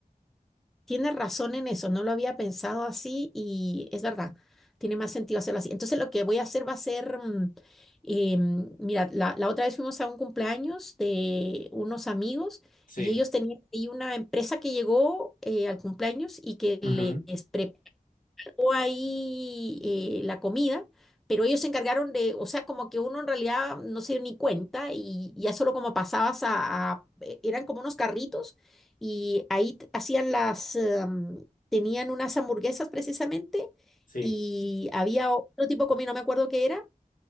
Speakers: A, in the centre; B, on the left.
A: Tienes razón en eso, no lo había pensado así y es verdad, tiene más sentido hacerlo así. Entonces lo que voy a hacer va a ser, mm, eh, mm, mira, la, la otra vez fuimos a un cumpleaños de unos amigos
B: Sí.
A: y ellos tenían ahí una empresa que llegó eh, al cumpleaños y que
B: Ujú,
A: les preparó o ahí eh, la comida, pero ellos se encargaron de, o sea, como que uno en realidad no se dio ni cuenta y ya solo como pasabas a, a- e- eran como unos carritos y ahí t- hacían las, em, tenían unas hamburguesas precisamente
B: Sí.
A: y había otro tipo de comida, no me acuerdo qué era.